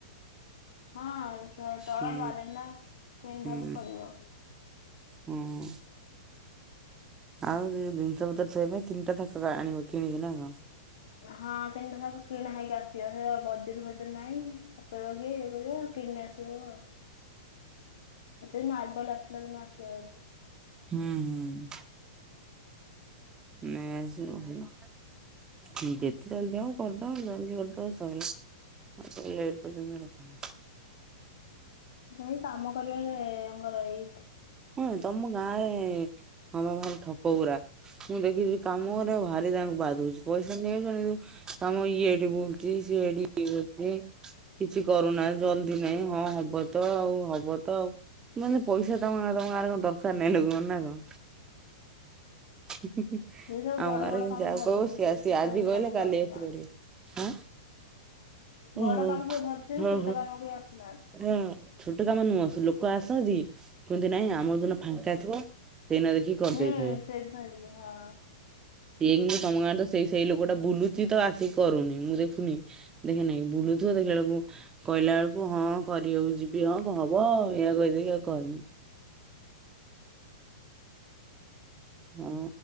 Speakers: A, on the left; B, on the right.
A: ହଁ। ତ-ତଳ
B: ହୁଁ
A: ବାରେଣ୍ଡା ପିଣ୍ଡା
B: ହୁଁ।
A: ବି ପଡିବ।
B: ହୁଁ ଆଉ ଯଉ ଏଇ ଜିନିଷ ପତ୍ର ଥୋଇବା ପାଇଁ। ତିନିଟା ଥାକ ଆଣିବ କିଣିକି ନା କଣ?
A: ହଁ ତିନିଟା ସପ କିଣା ହେଇକି ଆସିବ ସେ ପା ବ ତିରୁ କତିରେ ନାଇଁ ପକେଇବ କିଏ ଇଏ କରିବ କିଣି ନେଇ ଆସିବୁ ଆଉ। ସେ ମାର୍ବଲ ଆସିଲା ଦିନ ଆସିବ ବୋଧେ।
B: ହୁଁ ହୁଁ। ନେଇଆସିବୁ ଭଲ। ଯେତେ ଜଲଦି ହବ କରିଦବ ଜଲଦି କରିଦବ ସଇଲା। ଆଉ ତାକୁ ଲେଟ କରିକି ତମେ ରଖନି।
A: ଏଇ, କାମ କରିବାରେ ଆଙ୍କର ଏଇ
B: ହଁରେ, ତମ ଗାଁରେ ହଁ, ପା, ଭାରି ଠକ ଗୁରା ମୁଁ ଦେଖିଛିି କାମକରିବାକୁ ଭାରି ତାଙ୍କୁ ବାଧୁଚି ପଇସା ନେଇଯାଉଛନ୍ତି ତମ ଇଏ ଏଠି ବୁଲୁଛି ସିଏ ସେଠି ଇଏ ହେ କିଛି କରୁନାନ୍ତି ଜଲଦି ନାଇଁ ହଁ ହବ ତ ଆଉ ହବ ତ ଆଉ, ମାନେ ପଇସା ତମ, ତମ ଆଡେ କଣ ଦରକାର ନାହିଁ ଲୋକଙ୍କ ନା କଣ? ହୁଁ, ହୁଁ,
A: ସେ ସବୁ
B: ଆମ
A: ବଡ
B: ଗାଁରେ
A: ବଡ
B: କିନ୍ତୁ
A: କାମ
B: ଯାହାକୁ
A: ଧରି
B: କହିବୁ
A: ଦେଇଛନ୍ତି
B: ସେ ଆଜି
A: ଛୋଟ
B: ଆସି
A: ମୋଟ
B: କହିଲେ
A: କାମକୁ
B: କାଲି
A: ଆସୁନାହାନ୍ତି।
B: ଆସିକରିବେ,। ଆଁ।
A: ବଡ
B: ଓହୋଃ,
A: କାମ ସବୁ ଧରିଛନ୍ତି
B: ହୁଁ,
A: ଛୋଟ କାମ କେହି ଆସୁନାହାନ୍ତି।
B: ହୁଁ ଛୋଟ କାମ ନୁହଁ ସେ ଲୋକ ଲୋକ ଆସନ୍ତି କୁହନ୍ତି ନାଇଁ ଆମର ଯେଉଁ ଦିନ ଫାଙ୍କା ଥିବ ସେଇଦିନ ଦେଖିକି କରିଦେଇଥିବେ।
A: ହୁଁ ସେଇଦିନ ଯିବି ହଁ।
B: ଏଇନେ ତମ ଗାଁରେ ସେଇ ସେଇ ଲୋକଟା ବୁଲୁଛି ତ ଆସିକି କରୁନି ମୁଁ ଦେଖୁନି ଦେଖେନାକି ବୁଲୁଥିବ ଦେଖ ସେତେବେଳକୁ କହିଲା ବେଳକୁ ହଁ କରିବାକୁ ଯିବି ହଁ ହବ ଏଇଆ କହି ଦେଇକି ଆଉ କରିନି। ହଁ